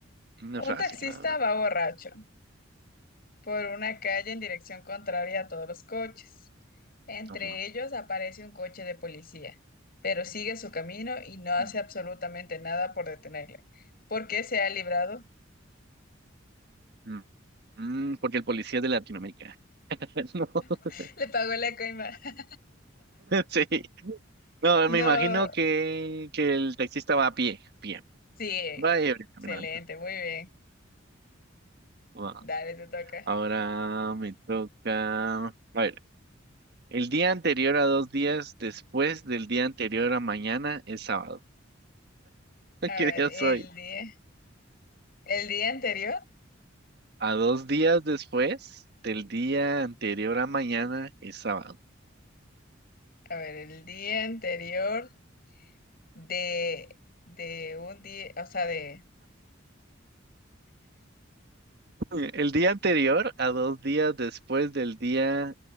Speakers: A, on the right; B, on the left.
A: No
B: Un
A: es fácil,
B: taxista
A: no, no,
B: va borracho. por una calle en dirección contraria a todos los coches. Entre
A: ajá.
B: ellos aparece un coche de policía, pero sigue su camino y no hace
A: Mm,
B: absolutamente nada por detenerle. ¿Por qué se ha librado?
A: mm, mm, porque el policía es de Latinoamérica. <laughs> No.
B: <laughs>
A: <laughs>
B: Le pagó la coima. <laughs>
A: Sí. No,
B: No.
A: me imagino que, que el taxista va a pie, a pie.
B: Sí,
A: Va a ir caminando.
B: excelente, muy bien.
A: Va.
B: Dale, te toca.
A: Ahora me toca. A ver. El día anterior a dos días después del día anterior a mañana es sábado. <laughs>
B: A
A: ¿Qué
B: ver,
A: día
B: el
A: soy?
B: día, el día anterior,
A: A dos días después del día anterior a mañana es sábado.
B: a ver, el día anterior de, de un día, o sea, de,
A: El día anterior a dos días después del día